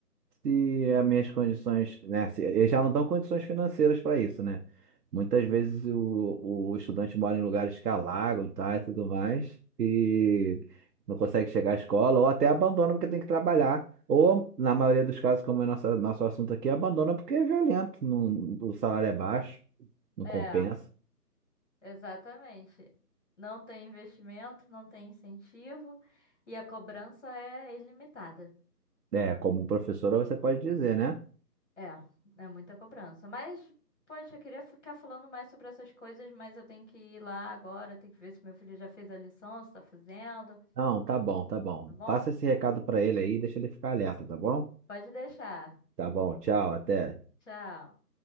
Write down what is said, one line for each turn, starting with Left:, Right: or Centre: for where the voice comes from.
Right: se as minhas condições, né? se- eles já não dão condições financeiras para isso, né? Muitas vezes o, o estudante mora em lugares que alagam, tá, e tudo mais, e não consegue chegar à escola, ou até abandona porque tem que trabalhar. Ou, na maioria dos casos, como é nossa, nosso assunto aqui, abandona porque é violento, não- o salário é baixo, não
Left: É,
Right: compensa.
Left: exatamente. Não tem investimento, não tem incentivo e a cobrança é ilimitada.
Right: É, como professora você pode dizer, né?
Left: É, é muita cobrança. Mas, poxa, eu queria ficar falando mais sobre essas coisas, mas eu tenho que ir lá agora, tenho que ver se meu filho já fez a lição, se tá fazendo,
Right: Não, tá bom, tá bom.
Left: tá bom?
Right: Passa esse recado para ele aí, deixa ele ficar alerta, tá bom?
Left: Pode deixar.
Right: Tá bom, tchau, até.
Left: Tchau.